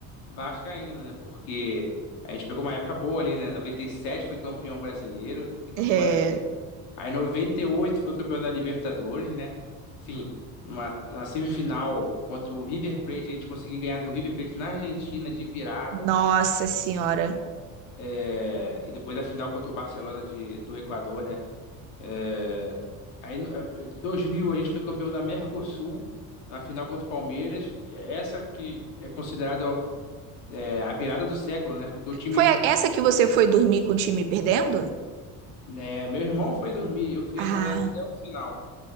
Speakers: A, on the left; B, on the right.
A: vascaíno, né? Porque a gente pegou uma época boa ali, né? 97 foi campeão brasileiro, tricampeão
B: É,
A: brasileiro. Aí 98 foi campeão da Libertadores, né? Enfim, numa, na semifinal contra o River Plate, a gente conseguiu ganhar do River Plate na Argentina de virada,
B: nossa
A: assim.
B: senhora.
A: É, e depois da final contra o Barcelona de, do Equador, né? É, Aí, no- eh, 2000, a gente foi campeão da Mercosul, na final contra o Palmeiras. Essa que é considerada eh, a virada do século, né? Porque o time,
B: Foi a- essa que você foi dormir com o time perdendo?
A: né, meu irmão foi dormir, eu fiquei
B: Ah,
A: acordado até o final.